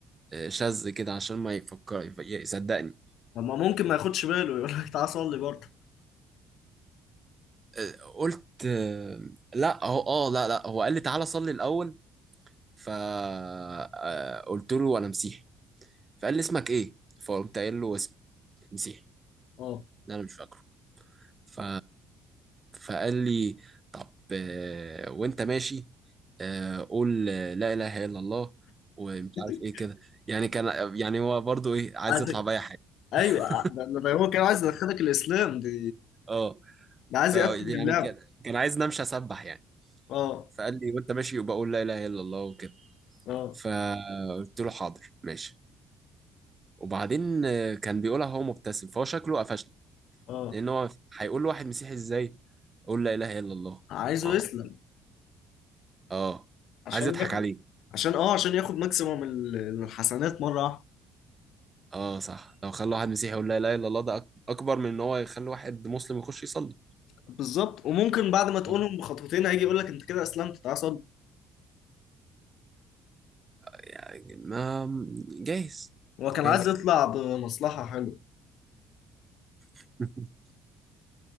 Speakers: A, on the right; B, on the left.
A: آه شاذ كده عشان ما يفكر يف- يصدقني
B: طب ما ممكن ما ياخدش باله يقول لك تعالى صلي برضه
A: آه قلت آه لا هو اه لا لا هو قال لي تعالى صلي الاول فقلت له انا مسيحي فقال لي اسمك ايه فقمت قايل له اسم مسيحي
B: اه
A: إن انا مش فاكره ف فقال لي طب آه، وانت ماشي آه، قول آه، لا اله الا الله ومش
B: <laughs>
A: عارف ايه كده يعني كان يعني هو برضو ايه عايز
B: عايزك
A: يطلع باي حاجه
B: ايوه
A: <laughs>
B: آه، ده, ده هو كان عايز يدخلك الاسلام دي
A: اه
B: ده عايز
A: ف
B: يقفل
A: يعني
B: اللعبه
A: كان كان عايز امشي اسبح يعني
B: اه
A: فقال لي وانت ماشي يبقى قول لا اله الا الله وكده
B: اه
A: فقلت له حاضر ماشي وبعدين آه، كان بيقولها هو مبتسم فهو شكله قفشني
B: اه
A: لان هو هيقول لواحد مسيحي ازاي قول لا اله الا الله
B: عايزه
A: اه
B: يسلم
A: اه
B: عشان
A: عايز يضحك
B: ياخد
A: عليه
B: عشان اه عشان ياخد ماكسيموم ال- الحسنات مره واحده
A: اه صح لو خلى واحد مسيحي يقول لا اله الا الله ده أك- اكبر من ان هو يخلي واحد مسلم يخش يصلي
B: بالظبط وممكن بعد ما تقولهم
A: طب،
B: بخطوتين هيجي يقول لك انت كده اسلمت تعالى صلي
A: يعني ما جايز
B: هو كان
A: جايز
B: عايز يطلع بمصلحة حلوة
A: <laughs>